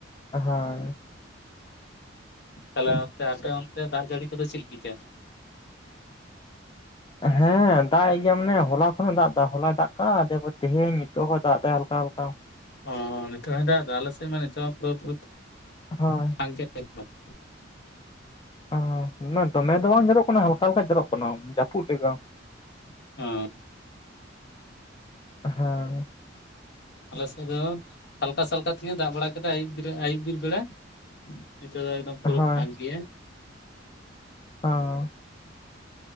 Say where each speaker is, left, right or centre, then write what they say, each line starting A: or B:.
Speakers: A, on the left (about 25°); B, on the left (about 60°).
A: ᱦᱳᱭ
B: ᱛᱟᱦᱞᱮ ᱚᱱᱛᱮ ᱟᱯᱮ ᱚᱱᱛᱮ ᱫᱟᱜ ᱡᱟᱹᱲᱤ ᱠᱚᱫᱚ ᱪᱮᱫ ᱞᱮᱠᱟ
A: ᱦᱮᱸ ᱫᱟᱜ ᱮᱫ ᱜᱮᱭᱟ ᱢᱟᱱᱮ ᱦᱚᱞᱟ ᱠᱷᱚᱱ ᱮ ᱫᱟᱜ ᱫᱟ ᱦᱚᱞᱟᱭ ᱫᱟᱜ ᱠᱟᱜ-ᱟ ᱛᱟᱯᱚᱨᱮ ᱛᱮᱦᱮᱧ ᱱᱤᱛᱚᱜ ᱦᱚᱸ ᱫᱟᱜ ᱫᱟᱭ ᱦᱟᱞᱠᱟ ᱦᱟᱞᱠᱟ
B: ᱚ ᱱᱤᱛᱚᱜ ᱦᱚᱸ ᱫᱟᱜ ᱫᱟ ᱟᱞᱮ ᱥᱮᱫ ᱢᱟ ᱱᱤᱛᱚᱜ ᱯᱩᱨᱟᱹ
A: ᱦᱳᱭ
B: <unintelligible>
A: ᱚ ᱱᱚ ᱫᱚᱢᱮ ᱫᱚ ᱵᱟᱝ ᱡᱚᱨᱚᱜ ᱠᱟᱱᱟ ᱦᱟᱞᱠᱟ ᱦᱟᱞᱠᱟ ᱡᱚᱨᱚᱜ ᱠᱟᱱᱟ ᱡᱟᱹᱯᱩᱫ ᱞᱮᱠᱟ
B: <unintelligible>
A: ᱦᱮ
B: ᱟᱞᱮ ᱥᱮᱫ ᱫᱚ ᱦᱟᱞᱠᱟ ᱥᱟᱞᱠᱟ ᱛᱮᱜᱮ ᱫᱟᱜ ᱵᱟᱲᱟ ᱠᱮᱫᱟᱭ ᱯᱩᱨᱟᱹ ᱟᱭᱩᱵ ᱵᱮᱲ ᱵᱮᱲᱟ ᱱᱤᱛ ᱫᱚ ᱮᱠᱫᱚᱢ ᱯᱩᱨᱟᱹ
A: ᱦᱳᱭ
B: ᱯᱷᱟᱹᱠ ᱜᱤᱭᱟ
A: ᱚ